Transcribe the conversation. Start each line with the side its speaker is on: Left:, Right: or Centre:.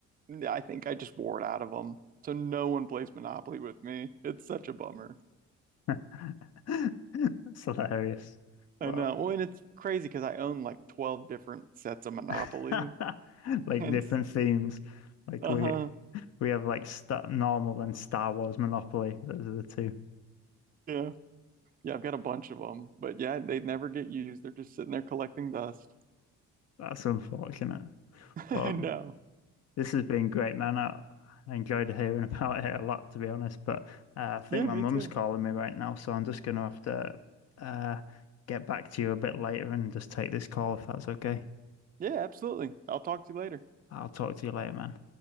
Right: I think I just wore it out of them. So no one plays Monopoly with me. It's such a bummer.
Left: <laughs> It's hilarious.
Right: I
Left: Well,
Right: know. Well, and it's crazy because I own like 12 different sets of Monopoly.
Left: <laughs>
Right: <laughs>
Left: Like
Right: And
Left: different themes. Like
Right: uh-huh.
Left: we we have like Star normal and Star Wars Monopoly. Those are the two.
Right: Yeah. Yeah, I've got a bunch of them. But yeah, they never get used. They're just sitting there collecting dust.
Left: That's unfortunate.
Right: <laughs> I
Left: But
Right: know.
Left: this has been great, man. I, I enjoyed hearing <laughs> about it a lot, to be honest. But uh, I think
Right: Yeah,
Left: my
Right: me
Left: mum's
Right: too.
Left: calling me right now, so I'm just gonna have to uh, get back to you a bit later and just take this call if that's okay.
Right: Yeah, absolutely. I'll talk to you later.
Left: I'll talk to you later, man.